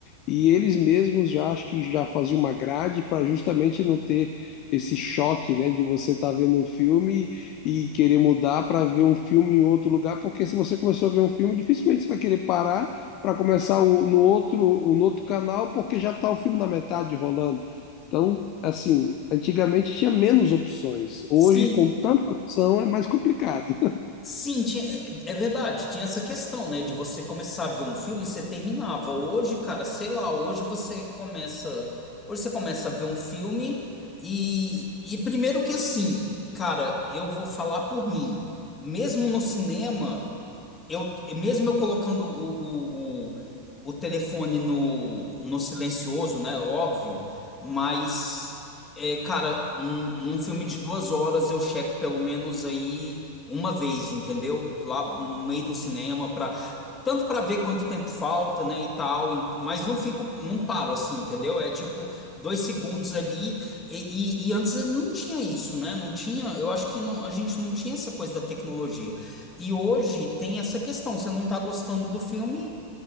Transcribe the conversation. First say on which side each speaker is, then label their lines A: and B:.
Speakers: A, on the left; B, on the left.
A: E eles mesmos já acho que já faziam uma grade para justamente não ter esse choque, né, de você estar vendo um filme e querer mudar para ver um filme em outro lugar, porque se você começou a ver um filme, dificilmente você vai querer parar para começar o- no outro, no outro canal, porque já está o filme na metade rolando. Então, assim, antigamente tinha menos opções. Hoje,
B: Sim,
A: com tanta opção, é mais complicado. <laughs>
B: sim, tinha- é é verdade. Tinha essa questão, né? De você começar a ver um filme e você terminava. Hoje, cara, sei lá, hoje você começa. Hoje você começa a ver um filme e, e primeiro que assim, cara, eu vou falar por mim. Mesmo no cinema. eu mesmo eu colocando o, o, o, o telefone no, no silencioso, né? Óbvio, mas é, cara, num, num filme de duas horas eu checo pelo menos aí uma vez, entendeu? Lá no meio do cinema tanto para ver quanto tempo falta, né, e tal, em- mas não fico, não paro assim, entendeu? É tipo dois segundos ali, e, e- e antes não tinha isso, né? Não tinha, eu acho que não, a gente não tinha essa coisa da tecnologia. E hoje tem essa questão, você não tá gostando do filme,